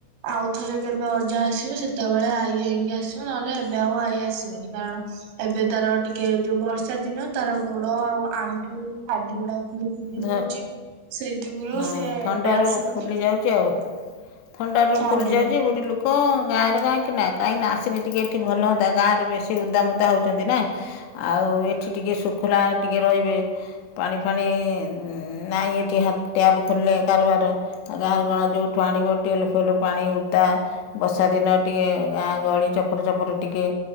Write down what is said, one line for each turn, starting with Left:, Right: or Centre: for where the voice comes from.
Right: ଆଉଥରେ କେବେ ଆ - ଯାହା ଆସିବ ସେତେବେଳେ ଆଈ ଯାଇକି ଆସିବ ନହେଲେ ଏବେ ଆଉ ଆଈ ଆସିବନି କାରଣ ଏବେ ତାର- ଟିକେ ଯୋଉ ବର୍ଷା ଦିନ ତାର ଗୋଡ ଆଉ ଆଣ୍ଠୁ ଆଦି ଗୁଡାକ <unintelligible>
Left: ଧ
Right: ଯାଉଛି ସେଇ ଯୁଗରୁ
Left: ହଁ
Right: ସିଏ
Left: ଥଣ୍ଡାରୁ
Right: ଏବେ ଆସିବନି
Left: ଫୁଲି ଯାଉଛି ଆଉ ଥଣ୍ଡାରୁ
Right: ହଁ
Left: ଫୁଲି ଯାଉଛି ଗୋଟେ ଲୋକ- କଣ ଗାଁରେ କାହିଁକି ନା କାହିଁକି ନା ଆସିନି ଟିକେ ଏଠି ଭଲ ହୁଅନ୍ତା ଗାଁରେ ବେଶୀ ଉଦାମୁଦା ହଉଛନ୍ତି ନା ଆଉ ଏଠି ଟିକେ ଶୁଖୁିଲା ଟିକେ ରହିବେ ପାଣି ଫାଣି- ନାଇଁ ଏଠି ହାତ ଟ୍ୟାପ୍ ଖୋଲିଲେ କାରବାର ଆଉ ଗାଁରେ ଗଳା ଯେଉଁଠୁ ଆଣିବ ଟିଏଲ ଫେଲ ପାଣି ଓଦା ବର୍ଷା ଦିନ ଟିକେ ଗାଁ ଗହଳି ଝପର ଝପର ଟିକେ